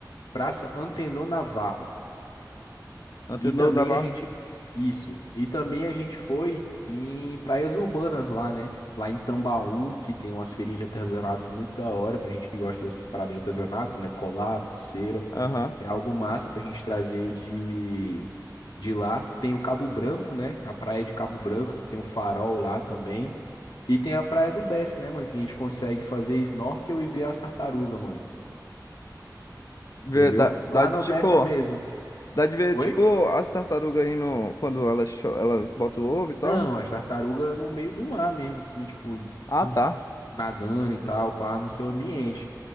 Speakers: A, on the left; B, on the left.
A: Praça Antenor Navarro.
B: Antenor
A: E também
B: Navarro.
A: a gente isso. E também a gente foi em praias urbanas lá, né? Lá em Tambaú, que tem umas feirinhas de artesanato muito da hora pra gente que gosta dessas paradas de artesanato, né? Colar, pulseira.
B: Aham.
A: É algo massa pra gente trazer de, de lá. Tem o Cabo Branco, né? A praia de Cabo Branco, que tem um farol lá também. E tem a praia do Bessa, né, mano? Que a gente consegue fazer snorkel e ver as tartarugas, mano.
B: Vê,
A: Entendeu?
B: Dá, dá
A: Lá
B: de
A: no
B: tipo.
A: Bessa mesmo.
B: Dá de ver,
A: Oi?
B: tipo, as tartarugas aí no, quando elas, cho- elas botam o ovo e tal.
A: Não, as tartarugas no meio do mar mesmo, assim, tipo,
B: Ah,
A: puf,
B: tá.
A: nadando e tal, pá, no seu ambiente.